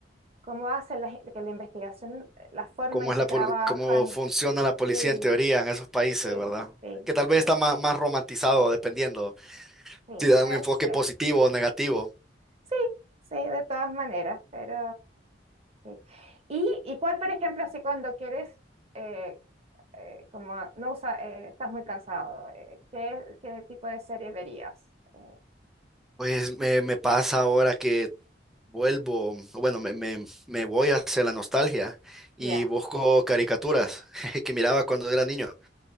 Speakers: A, on the right; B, in the centre.
A: cómo hacen la, que la investigación, la forma
B: ¿Cómo
A: en
B: es
A: que
B: la,
A: trabajan.
B: pol- cómo funciona la policía
A: Sí,
B: en teoría en esos países,
A: sí,
B: ¿verdad?
A: sí,
B: Que tal vez
A: sí,
B: está más, más romantizado, dependiendo
A: sí,
B: si da
A: puede
B: un enfoque
A: ser.
B: positivo o negativo.
A: Sí, sí, de todas maneras, pero sí. ¿Y, y cuál, por ejemplo, así cuando quieres, eh, eh, como no usa, eh, estás muy cansado, eh, ¿qué, qué tipo de serie verías? Eh,
B: Pues me, me pasa ahora que vuelvo, bueno, me, me, me voy hacia la nostalgia y
A: ya.
B: busco caricaturas <laughs> que miraba cuando era niño.